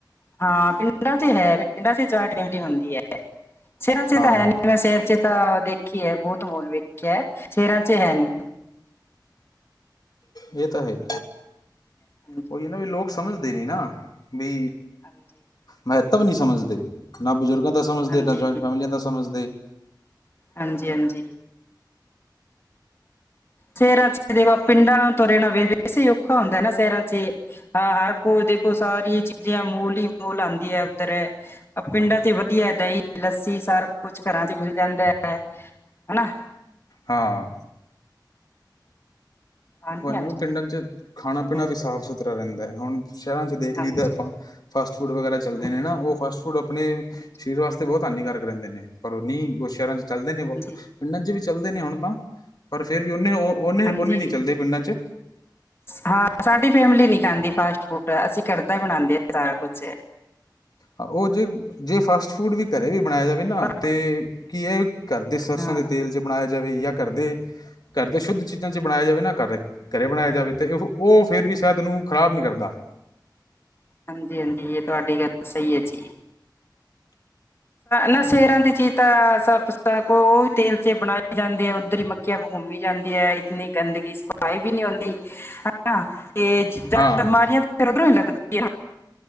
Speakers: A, on the left; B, on the left.
A: ਹਾਂ ਪਿੰਡਾਂ ਤੇ ਹੈ ਪਿੰਡਾਂ ਚ ਜੁਆਇਟ <unintelligible> ਹੁੰਦੀ ਐ ਸ਼ੈਰਾਂ ਚ
B: ਹਾਂ
A: ਤਾਂ ਹੈ ਨੀ <unintelligible> ਤਾਂ ਦੇਖੀਏ ਬੀਤ ਮੋਲ ਵੇਖਿਐ ਸ਼ੈਰਾਂ ਚ ਹੈ ਨੀ।
B: ਏ ਤਾਂ ਹੈ ਈ।
A: <inaudible>
B: ਓਈ ਐ ਨਾ ਵੀ ਲੋਕ ਸਮਝਦੇ ਨੀ ਨਾ ਬੀ
A: ਹਾਂਜੀ।
B: ਮਹੱਤਵ ਨੀ ਸਮਝਦੇ। ਨਾ ਬਜ਼ੁਰਗਾਂ ਦਾ ਸਮਝਦੇ,
A: ਹਾਂਜੀ
B: ਨਾ ਜੋਆਂਇੰਟ ਫੈਮਲੀਆਂ ਦਾ ਸਮਝਦੇ।
A: ਹਾਂਜੀ-ਹਾਂਜੀ। ਸ਼ੈਰਾਂ ਚ ਦੇਖੋ ਪਿੰਡਾਂ ਨੂੰ ਤੁਰੇ ਨਾਲ ਵੇਖ ਸੀ ਔਖਾ ਹੁੰਦਾ ਨਾ ਸ ਸ਼ੈਰਾ ਚੇ ਹਾਂ-ਹਾਂ <unintelligible> ਦੇਖੋ ਸਾਰੀ ਚੀ ਜੇ ਮੂਲ ਈ ਮੂਲ ਆਂਦੀ ਆ ਉੱਧਰ ਪਿੰਡਾਂ ਚ ਵਧੀਆ ਦਈ ਲੱਸੀ ਸਾਰ ਕੁਛ ਘਰਾਂ ਚ ਮਿਲ ਜਾਂਦੈ ਹਨਾ।
B: ਹਾਂ।
A: ਹਾਂਜੀ
B: ਓ ਐ ਨਾ
A: ਹਾਂਜੀ
B: ਵੀ ਪਿੰਡਾਂ ਚ ਖਾਣਾ-ਪੀਣਾ
A: ਹਮ,
B: ਵੀ ਸਾਫ਼ ਸੁਥਰਾ ਰੈਂਦੈ ਹੈਲ ਹੁਣ ਸ਼ੈਰਾਂ ਚ ਦੇਖ ਲਈਦਾ
A: ਹਾਂਜੀ
B: ਆਪਾਂ ਫਾਸਟ ਫੂਡ ਵਗੈਰਾ ਚੱਲਦੇ
A: ਹਾਂਜੀ
B: ਨੇ ਨਾ ਓ ਫਾਸਟ ਫੂਡ ਆਪਣੇ
A: ਹਾਂਜੀ
B: ਸਰੀਰ ਵਾਸਤੇ ਬੋਤ ਹਾਨੀਕਾਰਕ ਰੈਂਦੇ ਨੇ ਪਰ ਓ ਨੀ ਓ ਸ਼ੈਰਾਂ ਚ ਚੱਲਦੇ ਨੇ ਬੌਤ
A: ਹਾਂਜੀ
B: ਪਿੰਡਾਂ ਚ ਵੀ ਚੱਲਦੇ ਨੇ ਹੁਣ ਤਾਂ, ਪਰ ਫਿਰ ਵੀ ਉਨੇ-ਉਨੇ-ਉਨੇ
A: ਹਾਂਜੀ
B: ਨੀ। ਦੇ ਪਿੰਡਾਂ ਚ'?
A: ਹਾਂ, ਸਾਡੀ ਫੈਮਿਲੀ ਨੀ ਖਾਂਦੀ ਫਾਸਟ ਫੂਡ ਅਸੀਂ ਘਰਦਾ ਈ ਬਣਾਦੇ ਆ ਸਾਰਾ ਕੁਛ।
B: ਹਾਂ, ਉਹ ਜੇ-ਜੇ ਫਾਸਟ ਫੂਡ ਵੀ ਘਰੇ ਵੀ ਬਣਾਇਆ ਜਾਵੇ ਨਾ
A: ਪਰ
B: ਤੇ, ਕੀ ਏ ਘਰਦੇ ਸਰਸੋਂ
A: ਹਾਂ
B: ਦੇ ਤੇਲ ਚ' ਬਣਾਇਆ ਜਾਵੇ ਜਾਂ ਘਰਦੇ ਘਰਦੇ ਸ਼ੁੱਧ ਚੀਜ਼ਾਂ ਚ' ਬਣਾਇਆ ਜਾਵੇ ਨਾ ਘਰਰ ਘਰੇ ਬਣਾਇਆ ਜਾਵੇ ਤੇ ਉਹ ਫੇਰ ਵੀ ਸਿਹਤ ਨੂੰ ਖ਼ਰਾਬ ਨੀ ਕਰਦਾ।
A: ਹਾਂਜੀ-ਹਾਂਜੀ ਇਹ ਤੁਹਾਡੀ ਗੱਲ ਸਹੀ ਐ ਜੀ। ਨਾ ਸੇਰਾਂ ਦੀ ਚੀਜ਼ ਤਾਂ ਸ ਉਹ ਈ ਤੇਲ ਚ' ਬਣਾ ਜਾਂਦੇ ਆ ਉੱਧਰ ਈ ਮਖੀਆ ਘੁੰਮੀ ਜਾਂਦੀ ਐ ਇਤਨੀ ਗੰਦਗੀ ਸਫਾਈ ਵੀ ਨੀ ਹੁੰਦੀ, ਹਨਾ। ਤੇ ਜ
B: ਹਾਂ
A: ਬਿਮਾਰੀਆਂ ਫਿਰ ਉੱਧਰੋਂ ਈ ਲੱਗਦੀਆਂ।